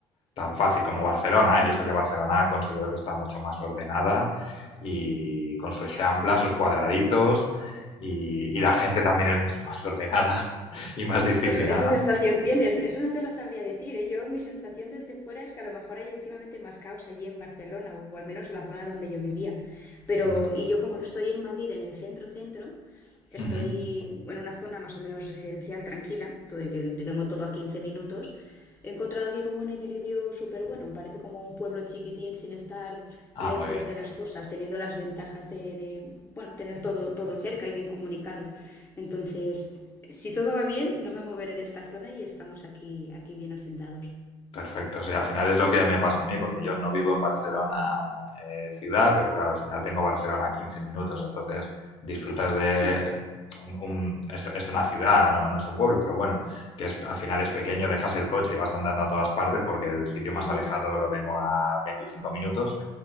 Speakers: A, on the left; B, on the left.
A: tan fácil como Barcelona, y eso que Barcelona considero que está mucho más ordenada y con sus amplas, sus cuadraditos y, y, la gente también es mucho más ordenada <laughs> y más disciplinada.
B: Sí, eso- esa sensación tienes. Eso no te lo sabría decir, ¿eh? Yo, mi sensación desde fuera es que a lo mejor hay últimamente más caos allí en Barcelona, o al menos la zona donde yo vivía. Pero,
A: No sé.
B: y yo como no estoy en Madrid, en el centro centro, estoy
A: Ujú.
B: en una zona más o menos residencial tranquila, todo, y que te tengo todo a 15 minutos. He encontrado aquí como un equilibrio súper bueno. Parece como un pueblo chiquitín sin estar
A: Ah,
B: lejos
A: muy bien.
B: de las cosas, teniendo las ventajas de, de, bueno, tener todo, todo cerca y bien comunicado. Entonces, si todo va bien, no me moveré de esta zona y estamos aquí, aquí bien asentados.
A: Perfecto, sí, al final es lo que me pasa a mí, porque yo no vivo en Barcelona eh, ciudad, pero claro, al final tengo Barcelona a 15 minutos, entonces disfrutas de
B: Sí.
A: un, un- es, es una ciudad, no, no es un pueblo, pero bueno, que es, al final es pequeño, dejas el coche y vas andando a todas partes, porque el sitio más
B: ujú.
A: alejado lo tengo a 25 minutos,